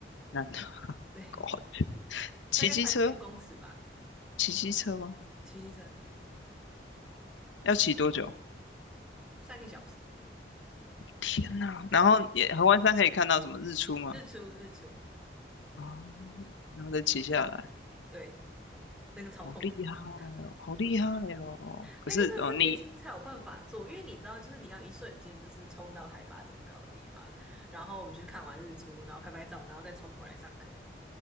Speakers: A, on the left; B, in the centre.
A: 南投。
B: 对，
A: 哦骑机车？
B: 大概三千公尺吧，
A: 骑机车吗？
B: 骑机车
A: 要骑多久？
B: 三个小时，
A: 天哪！然后也河湾山可以看到什么日出吗？
B: 日出日出，
A: 啊、然后再骑下来，
B: 对，那个超痛苦，
A: 好厉害哦，
B: <laughs>
A: 好厉害哦！可是哦，
B: 那个真的是年轻才有办法做，
A: 你
B: 因为你知道，就是你要一瞬间就是冲到海拔这么高的地方，然后我们去看完日出，然后拍拍照，然后再冲回来上课。